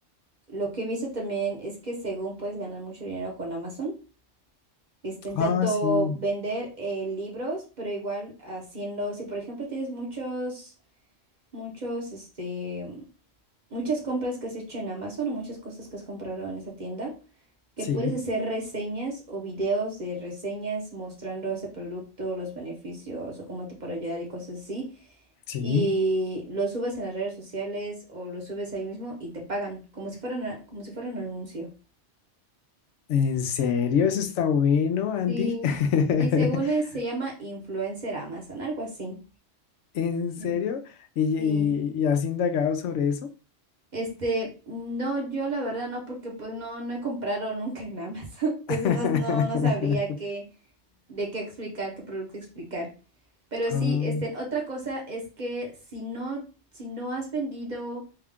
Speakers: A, on the right (about 40°); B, on the left (about 75°).
A: lo que he visto también es que según puedes ganar mucho dinero con Amazon, Este, tanto
B: Ah, sí,
A: vender eh, libros, pero igual haciendo, si por ejemplo tienes muchos, muchos, este, muchas compras que has hecho en Amazon o muchas cosas que has comprado en esa tienda, que
B: sí,
A: puedes hacer reseñas o videos de reseñas mostrando ese producto, los beneficios o cómo te puede ayudar y cosas así.
B: sí.
A: Y lo subes en las redes sociales o lo subes ahí mismo y te pagan, como si fuera una- como si fuera un anuncio.
B: ¿En serio? Eso está bueno, Andy.
A: Sí,
B: <laughs>
A: sí, según es, se llama influencer Amazon, algo así.
B: ¿En serio?
A: Sí,
B: ¿Y,
A: sí.
B: y- y has indagado sobre eso?
A: Este, no, yo la verdad no, porque pues no, no he comprado nunca en Amazon. <laughs> Entonces
B: <laughs>
A: no, no, no sabría qué, de qué explicar, qué producto explicar. Pero
B: Ah,
A: sí, este, otra cosa es que si no, si no has vendido